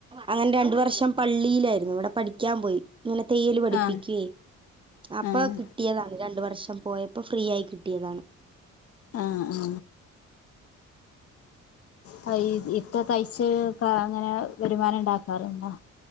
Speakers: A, on the right (about 15°); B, on the left (about 50°).
A: അങ്ങനെ രണ്ട് വർഷം പള്ളിയിലായിരുന്നു. ഇവിടെ പഠിക്കാൻ പോയി. ഇങ്ങനെ തയ്യല് പഠിപ്പിക്കേ.
B: ആഹ്
A: അപ്പൊ
B: ആഹ്
A: കിട്ടിയതാണ്. രണ്ട് വർഷം പോയപ്പം ഫ്രീ ആയി കിട്ടിയതാണ്.
B: ആഹ് തയ് ഇത്ര തയ്ച്ച് അങ്ങനെ വരുമാനം ഉണ്ടാക്കാറുണ്ടോ?